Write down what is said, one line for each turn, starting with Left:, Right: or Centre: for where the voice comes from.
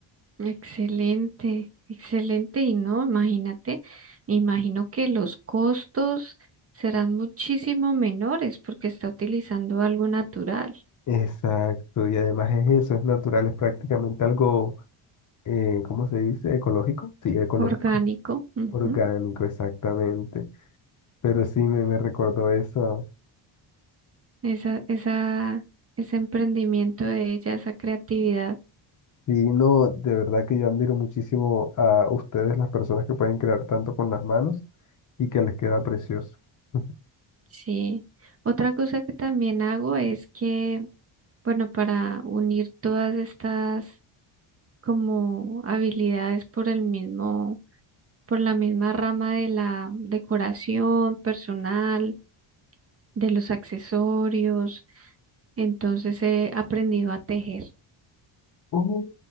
Right: excelente, excelente. Y no, imagínate, me imagino que los costos serán muchísimo menores porque está utilizando algo natural,
Left: Exacto, y además es eso, es natural, es prácticamente algo, eh, ¿cómo se dice? ¿Ecológico? Sí, ecológico,
Right: orgánico. ujú.
Left: orgánico, exactamente. Pero sí, me, me recordó eso.
Right: esa, esa, ese emprendimiento de ella, esa creatividad.
Left: Sí, no, de verdad que yo admiro muchísimo a ustedes, las personas que pueden crear tanto con las manos y que les queda precioso. <laughs>
Right: Sí. Otra cosa que también hago es que, bueno, para unir todas estas como habilidades por el mismo, por la misma rama de la decoración personal, de los accesorios, entonces he aprendido a tejer.
Left: Oh,